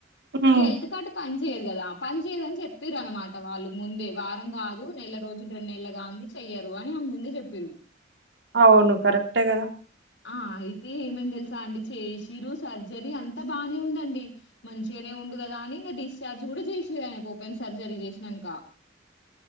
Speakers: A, on the right; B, on the left.
A: హ్మ్.
B: ఇగ హెల్త్ కార్డు పని చేయదు కదా పని చేయదు అన్ని చెప్ చేపిన్ర్ అనమాట వాళ్ళుగ్ ముందే వారం కాదు నెల రోజులు రెండు నెల గాంది చెయ్యరు. అని ఆమె ముందే చేపింరు
A: అవును కరెక్టే కదా
B: ఆ అయితే ఏమైది తెలుసా అండి చేసిరు సర్జరీ అంతా బానే ఉందండి, మంచిగానే ఉండు కదా అని ఇగ డిశ్చార్జ్ కూడా చేసిరు ఆయనకు ఓపెన్ సర్జరీ చేసినాక,